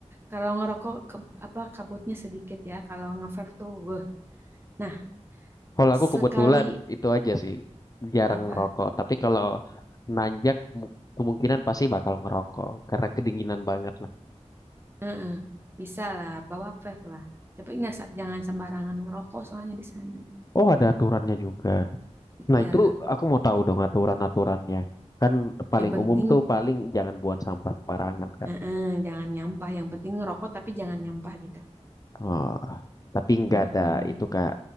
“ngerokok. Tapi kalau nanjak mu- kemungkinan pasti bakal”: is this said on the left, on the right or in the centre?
Left